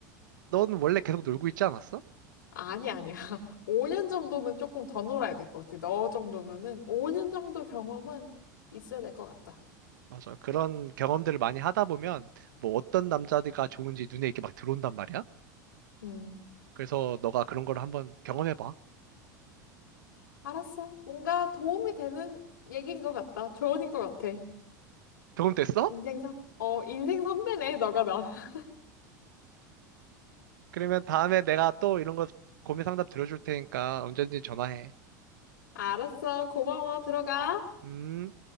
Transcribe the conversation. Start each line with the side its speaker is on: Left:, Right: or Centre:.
Right: 넌 원래 계속 놀고 있지 않았어?
Left: 아니 아니야. <laughs> 5년 정도는 조금 더 놀아야 될 것 같아. 너 정도면은 5년 정도 경험은 있어야 될 것 같다.
Right: 맞아. 그런 경험들을 많이 하다 보면 뭐 어떤 남자가 좋은지 눈에 이렇게 막 들어온단 말이야.
Left: 응.
Right: 그래서 너가 그런 걸 한번 경험해봐.
Left: 알았어. 뭔가 도움이 되는 얘기인 것 같다. 조언인 것 같아.
Right: 경험됐어?
Left: 인생 선? 어, 인생 선배네, 너가 나. <laughs>
Right: 그러면 다음에 내가 또 이런 거 고민 상담 들어줄 테니까 언제든지 전화해.
Left: 알았어. 고마워. 들어가.
Right: 음.